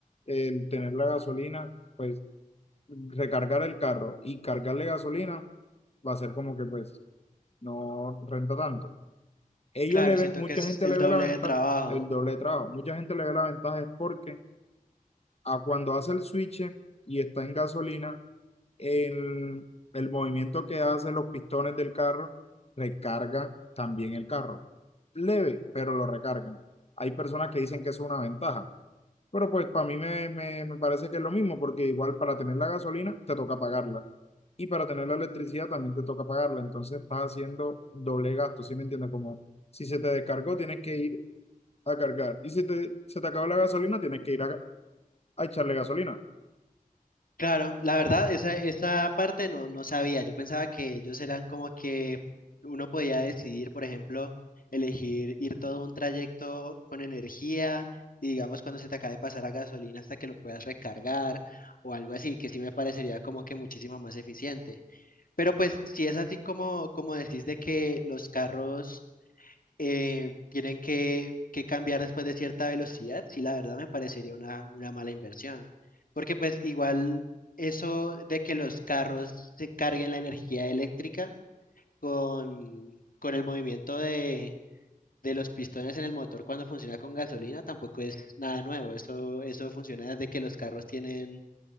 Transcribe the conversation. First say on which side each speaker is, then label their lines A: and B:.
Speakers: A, on the left; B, on the left.
A: el tener la gasolina, pues recargar el carro y cargarle gasolina va a ser como que pues no renta tanto. Ellos
B: Claro,
A: le ven,
B: siento
A: mucha
B: que es
A: gente
B: el
A: le
B: doble
A: ve la ventaja,
B: de trabajo.
A: el doble de trabajo, mucha gente le ve la ventaja es porque a cuando hace el switch y está en gasolina, el, el movimiento que hacen los pistones del carro recarga también el carro. Leve, pero lo recargan. Hay personas que dicen que eso es una ventaja, pero pues para mí me, me, me parece que es lo mismo, porque igual para tener la gasolina te toca pagarla y para tener la electricidad también te toca pagarla. Entonces estás haciendo doble gasto, ¿sí me entiendes? Como si se te descargó, tienes que ir a cargar y si te, se te acabó la gasolina, tienes que ir a, a echarle gasolina.
B: Claro, la verdad, esa, esa parte no, no sabía. Yo pensaba que ellos eran como que uno podía decidir, por ejemplo, elegir ir todo un trayecto con energía y digamos cuando se te acabe de pasar la gasolina hasta que lo puedas recargar o algo así, que sí me parecería como que muchísimo más eficiente. Pero pues si es así como, como decís de que los carros eh, tienen que, que cambiar después de cierta velocidad, sí, la verdad me parecería una, una mala inversión. Porque pues igual eso de que los carros se carguen la energía eléctrica con, con el movimiento de, de los pistones en el motor cuando funciona con gasolina tampoco es nada nuevo. Eso, eso funciona desde que los carros tienen